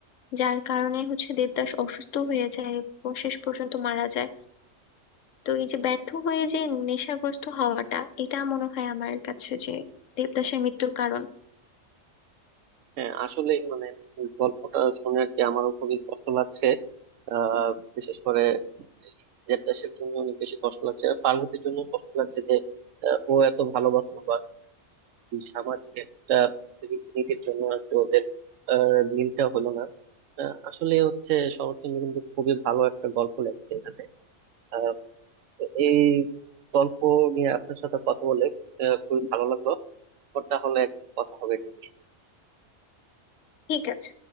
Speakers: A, on the left; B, on the right.
A: যার কারণে হচ্ছে দেবদাস অসুস্থ হয়ে যায় এবং শেষ পর্যন্ত মারা যায় তো এই যে ব্যর্থ হয়ে যে নেশাগ্রস্ত হওয়াটা এটা মনে হয় আমার কাছে যে দেবদাসের মৃত্যুর কারণ
B: হ্যাঁ আসলে মানে এই গল্পটা শুনে আর কি আমারও খুবই কষ্ট লাগছে আহ বিশেষ করে এই নিজের দেশের জন্য অনেক বেশি কষ্ট লাগছে আর পার্বতীর জন্য কষ্ট লাগছে যে আহ, ও এত ভালোবাসলো বা এই সামাজিক একটা রীতিনীতির জন্য আর কি ওদের আহ, মিলটা হলো না আহ, আসলে হচ্ছে শরৎচন্দ্র কিন্তু খুবই ভালো একটা গল্প লেখছে এখানে আহ, এই গল্প নিয়ে আপনার সাথে কথা বলে আহ, খুবই ভালো লাগলো তাহলে একদিন কথা হবে এটা নিয়ে।
A: ঠিক আছে